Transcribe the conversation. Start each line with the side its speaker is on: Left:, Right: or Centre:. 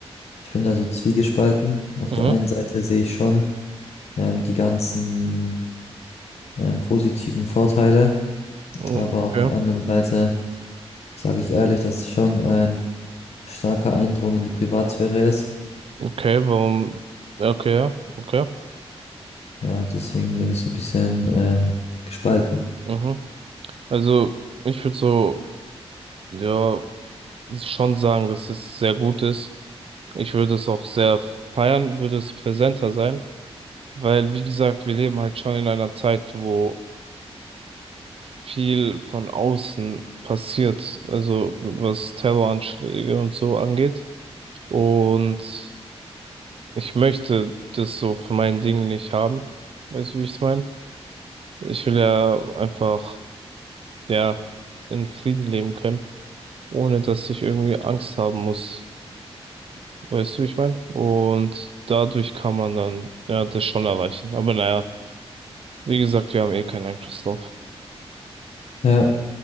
Left: ich bin da so zwiegespalten. Auf
Right: Mhm.
Left: der einen Seite sehe ich schon ähm, die ganzen ähm, positiven Vorteile,
Right: Okay,
Left: aber auf der anderen Seite sage ich ehrlich, dass es schon ein starker Eindrung in die Privatsphäre ist.
Right: okay, warum? Ja, Okay, ja, okay.
Left: Ja, deswegen bin ich so ein bisschen ähm, gespalten.
Right: Mhm. Also ich würde so, ja, schon sagen, dass es sehr gut ist. Ich würde es auch sehr feiern, würde es präsenter sein, weil, wie gesagt, wir leben halt schon in einer Zeit, wo viel von außen passiert, also was Terroranschläge und so angeht. Und ich möchte das so für mein Ding nicht haben. Weißt du, wie ich es meine? Ich will ja einfach, ja, in Frieden leben können, ohne dass ich irgendwie Angst haben muss. Weißt du, wie ich meine? Und dadurch kann man dann, ja, das schon erreichen. Aber naja, wie gesagt, wir haben eh keinen Einfluss drauf.
Left: Ja,